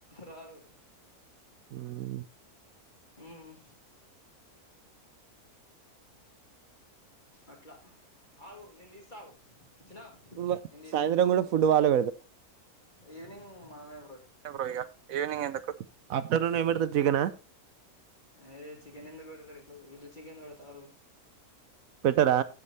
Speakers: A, on the left; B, on the right.
A: రారు
B: మ్
A: ఉమ్ అట్లా ఆగు నేన్ దీస్తాగు చిన్నా
B: వ-
A: నేన్ దీస్తా
B: సాయంత్రం కూడా ఫుడ్ వాళ్ళే
A: ఈవినింగ్ మనమే
B: ఉంట బ్రో ఇగ ఈవినింగ్ ఎందుకు ఆఫ్టర్నూన్ ఏమిబెడతారు జికనా
A: ఏయ్ చికెన్ ఎందుకు బెడ ఇళ్ళు చికెన్ పెడతారు
B: పెట్టరా